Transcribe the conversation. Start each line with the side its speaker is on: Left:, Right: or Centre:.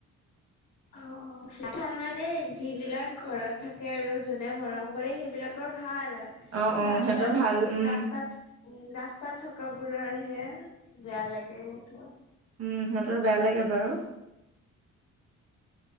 Left: অ অ ভাল মানে যিবিলাক ঘৰত থাকে আৰু যোনে মৰম কৰে সেইবিলাকৰ ভাল- ভাল এই
Right: অ', অ',
Left: ৰাস্তাত
Right: সিহঁতৰ ভাল
Left: উ
Right: উম।
Left: ৰাস্তাত উ ৰা- <unintelligible> ৰাস্তাত থকা বোৰহে বেয়া লাগে সিহঁত-
Right: উম সিহঁতৰ বেয়া লাগে বাৰু-